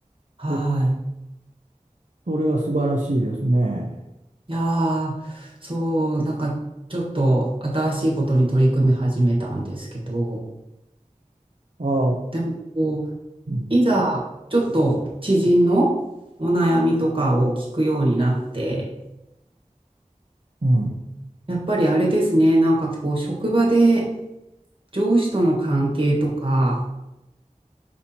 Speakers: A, on the right; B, on the right.
A: はい。
B: そそれは素晴らしいですね。
A: いやー、そう、なんかちょっと新しいことに取り組み始めたんですけど、
B: ああ、
A: でもこう
B: うん、
A: いざ、ちょっと知人のお悩みとかを聞くようになって、
B: うん
A: やっぱりあれですね、なんかこう、職場で上司との関係とか、